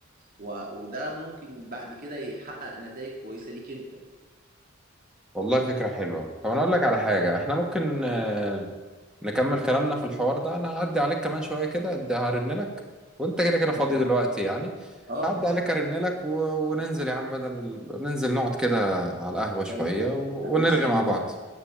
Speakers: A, on the right; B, in the centre.
A: و... وده ممكن بعد كده يحقق نتائج كويسه ليك انت
B: والله فكره حلوه طب انا اقول لك على حاجه احنا ممكن آه، نكمل كلامنا في الحوار ده انا هعدي عليك كمان شويه كده أدي- هرن لك وانت كده كده فاضي
A: تمام
B: دلوقتي يعني
A: اه
B: هعدي عليك ارن لك و... وننزل يا عم بدل ننزل نقعد كده على القهوه شويه
A: تمام
B: و...
A: انا
B: ونرغي
A: مستنيك
B: مع بعض